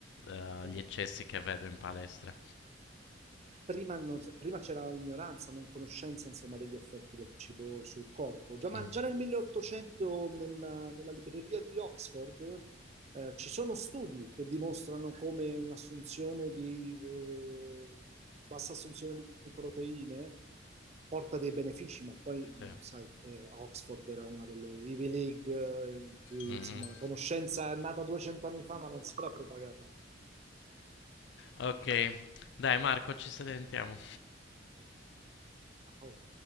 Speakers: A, on the left; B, on the right.
A: eh,
B: eh.
A: gli eccessi che vedo in palestra.
B: Prima, non- prima c'era ignoranza, non conoscenza, insomma, degli effetti del cibo sul corpo. Già, ma
A: Mm,
B: già nel 1800, nella, nella libreria di Oxford, eh, ci sono studi che dimostrano come un'assunzione di, eh, bassa assunzione di proteine porta dei benefici, ma poi, mh,
A: sì.
B: sai, eh, Oxford era una delle Ivy League, eh, in cui,
A: Mhm.
B: insomma, la conoscenza è nata 200 anni fa, ma non si era propagata.
A: Ok, dai Marco, ci sentiamo.
B: Oh.